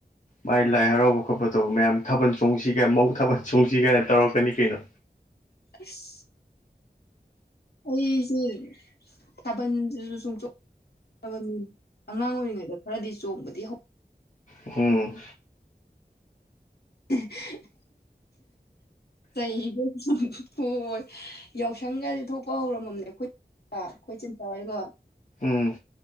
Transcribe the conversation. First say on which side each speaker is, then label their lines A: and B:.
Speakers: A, on the left; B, on the left.
A: ꯃꯥꯏ ꯂꯥꯏ ꯍꯔꯥꯎꯕ ꯈꯣꯠꯄ ꯇꯧꯕ ꯃꯌꯥꯝ ꯊꯥꯕꯜ ꯆꯣꯡꯁꯤꯒꯦ ꯃꯧ ꯊꯥꯕꯜ ꯆꯣꯡꯁꯤꯒꯦꯅ ꯇꯧꯔꯛꯀꯅꯤ ꯀꯩꯅꯣ
B: ꯑꯁ ꯑꯩꯁꯦ ꯊꯥꯕꯜꯁꯤꯁꯨ ꯁꯨꯡꯆꯣꯡ <unintelligible> ꯑꯉꯥꯡ ꯑꯣꯏꯔꯤꯉꯩꯗ ꯈꯔꯗꯤ ꯆꯣꯡꯕꯗꯤ ꯍꯧ
A: ꯍꯨꯡ
B: <unintelligible> ꯆꯩꯕꯁꯨꯝ ꯄꯣꯏ ꯌꯥꯎꯁꯪꯒꯁꯦ ꯊꯣꯛꯄ ꯍꯧꯔꯝꯃꯥꯝꯅꯦ ꯑꯩꯈꯣꯏ ꯄ ꯑꯩꯈꯣꯏꯆꯤꯟ ꯄ ꯍꯣꯏꯒ
A: ꯎꯝ